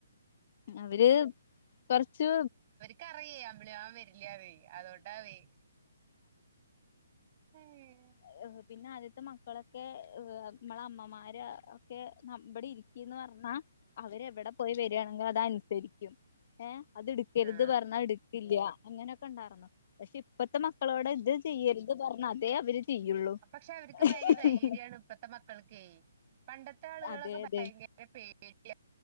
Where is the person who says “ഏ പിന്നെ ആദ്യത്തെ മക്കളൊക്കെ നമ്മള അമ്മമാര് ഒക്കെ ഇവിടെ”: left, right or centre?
Left